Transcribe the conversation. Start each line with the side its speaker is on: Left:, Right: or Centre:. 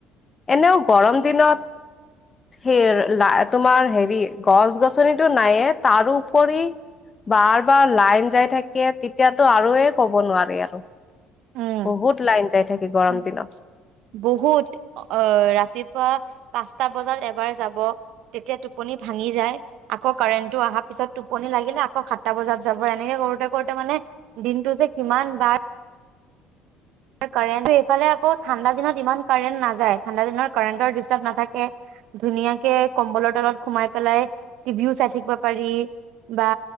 Left: এনেও গৰম দিনত সেই তোমাৰ হেৰি গছ গছনটো নাইায়য়ে তাৰো কৰি বাৰ বাৰ লাইন যাই থাকে তেতিয়াতো আৰুে ক'ব নোৱাৰি আৰু
Right: উম
Left: বহুত লাইন যাই থাকে গৰম দিনত
Right: বহুত অ ৰাতিপুৱা পাঁচ সাতটা বজাত এবাৰ যাব তেতিয়া টোপনি ভাঙি যায় আকৌ কাৰেণ্টটো অহাৰ পিছত টোপনি লাগিলে আকৌ সাতটা বজাত যাব এনেকে কৰোতে কৰোতে মানে দিনটো যে কিমান বাৰ ক ইফালে আকৌ ঠাণ্ডা দিনত ইমান কাৰেন্ট নাযায় ঠাণ্ডা দিনত কাৰেণ্টৰ দৃষ্টাব নাথাকে ধুনীয়াকে কম্বলৰ তলত সোমাই পেলাই টিভিও চাই থাকিব পাৰি বা